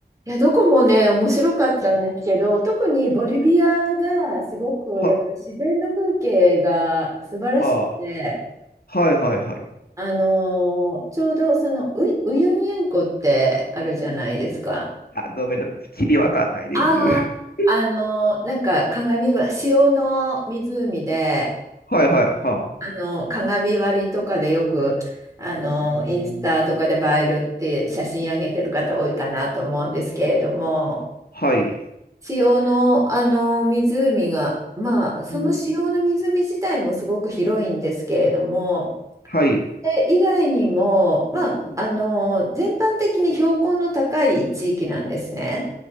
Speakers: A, on the right; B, on the left.
A: いや、どこもね、面白かったんですけど、
B: うん、
A: 特にボリビアがすごく、
B: は、
A: やっぱり自然の風景が素晴らしくて、
B: はあ、はいはいはい。
A: あのーちょうどそのウイ、ウユニ塩湖ってあるじゃないですか。
B: あ、ごめんなさい。きりわかんないです。
A: ああ、
B: <laughs>
A: あのーなんか鏡は塩の湖で、
B: はいはい、はあ。
A: あのー鏡割りとかでよく、あのーインスタとかで映えるって写真上げてる方多いかなと思うんですけれども、
B: うん、はい。
A: 塩の、あの湖が、まあ、その塩の湖自体もすごく広いんですけれども、
B: うん、はい。
A: それ以外にも、まあ、
B: うん、
A: あの全般的に標高の高い地域なんですね。